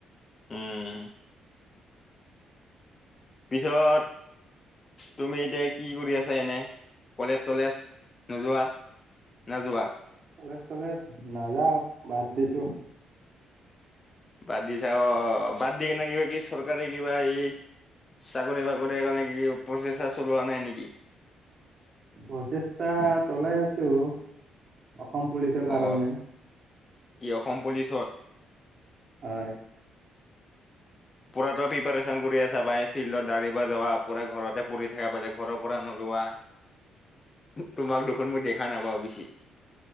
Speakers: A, on the left; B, on the right.
A: উম। পিছত তুমি এতিয়া কি কৰি আছা এনেই? কলেজ চলেজ নোযোৱা না যোৱা?
B: কলেজ চলেজ নাযাওঁ, বাদ দিছোঁ।
A: বাদ দিচা অ', বাদ দি কেনে কিবা কি চৰকাৰী কিবা এই চাকৰি বাকৰি কাৰণে কি প্ৰচেষ্টা চলোৱা নাই নেকি?
B: প্ৰচেষ্টা চলাই আছোঁ, অসম পুলিচৰ কাৰণে।
A: অ কি অসম পুলিচত?
B: হয়।
A: পুৰাতো প্ৰিপাৰেচন কৰি আছা পাই ফিল্ডতা়ব যাৱা, পুৰা ঘৰতে পঢ়ি থাকা পুৰা ঘৰৰ পৰা নোলোৱা। তোমাক দেখোন মই দেখা নাপাও বেছি।